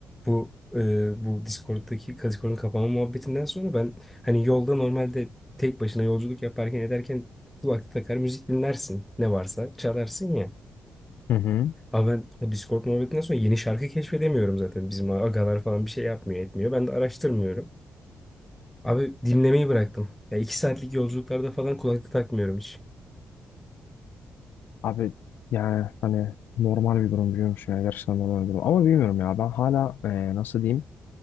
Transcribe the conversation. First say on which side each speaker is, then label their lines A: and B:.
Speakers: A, in the centre; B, on the left.
A: bu e, bu Discord'daki Discord'un kapanma muhabbetinden sonra ben hani yolda normalde tek başına yolculuk yaparken ederken kulaklık takar müzik dinlersin ne varsa çalarsın ya.
B: Hı hı.
A: Abi ben o Discord muhabbetinden sonra yeni şarkı keşfedemiyorum zaten. Bizim agalar falan bir şey yapmıyor etmiyor. Ben de araştırmıyorum. Abi dinlemeyi bıraktım. Ya iki saatlik yolculuklarda falan kulaklık takmıyorum hiç.
B: Abi yani hani normal bir durum biliyor musun ya gerçekten normal bir durum. Ama bilmiyorum ya ben hala e, nasıl diyeyim